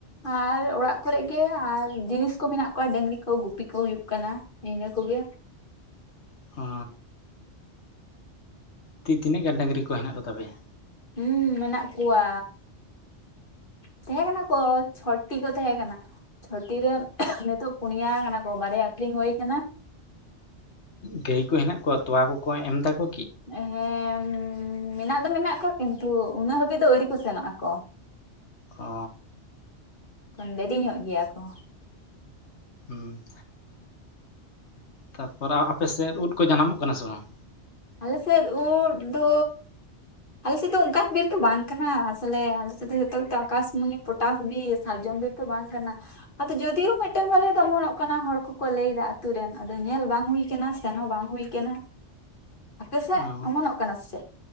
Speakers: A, on the left; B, on the left.
A: ᱟᱨ ᱚᱲᱟᱜ ᱠᱚᱨᱮᱜᱤ ᱟᱨ ᱡᱤᱱᱤᱥᱠᱩ ᱢᱮᱱᱟᱜ ᱠᱚᱣᱟ ᱰᱟᱹᱝᱨᱤ ᱠᱚ ᱜᱩᱯᱤ ᱠᱚ ᱦᱩᱭᱩᱜ ᱠᱟᱱᱟ ᱤᱱᱟᱹ ᱠᱚᱜᱮ <unintelligible>
B: ᱚ ᱛᱤ ᱛᱤᱱᱟᱹᱜ ᱜᱟᱱ ᱰᱟᱹᱟᱝᱨᱤ ᱠᱚ ᱦᱮᱱᱟᱜ ᱠᱚᱛᱟᱯᱮᱭᱟ
A: ᱦᱮᱸ ᱢᱮᱱᱟᱜ ᱠᱚᱣᱟ ᱛᱟᱦᱮᱸ ᱠᱟᱱᱟ ᱠᱚ ᱪᱷᱚᱴᱴᱤ ᱠᱚ ᱛᱟᱦᱮᱸ ᱠᱟᱱᱟ ᱪᱷᱚᱴᱤ ᱨᱮ ᱱᱤᱛᱚᱜ ᱯᱩᱱᱭᱟ ᱠᱟᱱᱟ ᱠᱚ ᱵᱟᱨᱭᱟ ᱟᱠᱷᱨᱤᱧ ᱦᱩᱭ ᱠᱟᱱᱟ
B: ᱜᱟᱹᱭ ᱠᱚ ᱦᱮᱱᱟᱜ ᱠᱚᱣᱟ ᱛᱚᱣᱟ ᱠᱚᱠᱚ ᱮᱢ ᱫᱫᱟᱠᱚ
A: ᱦᱮᱸ ᱢᱮᱱᱟᱜ ᱫᱚ ᱢᱮᱱᱟᱜ ᱠᱚᱣᱟ ᱠᱤᱱᱛᱩ ᱩᱱᱟᱹᱜ ᱦᱟᱹᱵᱤᱡ ᱫᱚ ᱟᱹᱣᱨᱤ ᱠᱚ ᱥᱮᱱᱚᱜ ᱟᱠᱚ
B: ᱚ
A: ᱠᱷᱚᱱ ᱫᱮᱨᱤ ᱧᱚᱜ ᱜᱮᱭᱟ ᱠᱚ
B: ᱦᱩᱸ ᱛᱟᱨᱯᱚᱨ ᱟᱯᱮ ᱥᱮᱫ ᱩᱫ ᱠᱚ ᱡᱟᱱᱟᱢᱚᱜ ᱠᱟᱱᱟ ᱥᱮ ᱵᱟᱝ
A: ᱟᱞᱮ ᱥᱮᱫ ᱩᱫ ᱫᱚ ᱟᱞᱮᱮᱥᱮᱫ ᱫᱚ ᱚᱱᱠᱟᱱ ᱵᱤᱨ ᱫᱚ ᱵᱟᱝ ᱠᱟᱱᱟ ᱟᱥᱚᱞᱮ ᱟᱞᱮᱮᱥᱮᱫ ᱫᱚ ᱡᱚᱛᱚ ᱟᱠᱟᱥᱢᱚᱱᱤ ᱯᱚᱴᱟᱥ ᱵᱤᱨ ᱥᱟᱨᱡᱚᱢ ᱵᱟᱝ ᱠᱟᱱᱟ ᱟᱫᱚ ᱡᱫᱤᱭᱳ ᱢᱤᱫᱴᱮᱱ ᱵᱟᱨᱭᱟ ᱫᱚ ᱚᱢᱚᱱᱚᱜ ᱠᱟᱱᱟ ᱦᱚᱲ ᱠᱚᱠᱚ ᱞᱟᱹᱭᱫᱟ ᱟᱛᱳ ᱨᱮᱱ ᱟᱫᱚ ᱧᱮᱞ ᱵᱟᱝ ᱵᱟᱝ ᱦᱩᱭ ᱟᱠᱟᱱᱟ ᱥᱮᱱ ᱦᱚᱸ ᱵᱟᱝ ᱦᱩᱭ ᱠᱟᱱᱟ ᱟᱯᱮᱥᱮᱫ
B: ᱚ
A: ᱚᱢᱚᱱᱚᱜ ᱠᱟᱱᱟ ᱥᱮ ᱪᱮᱫ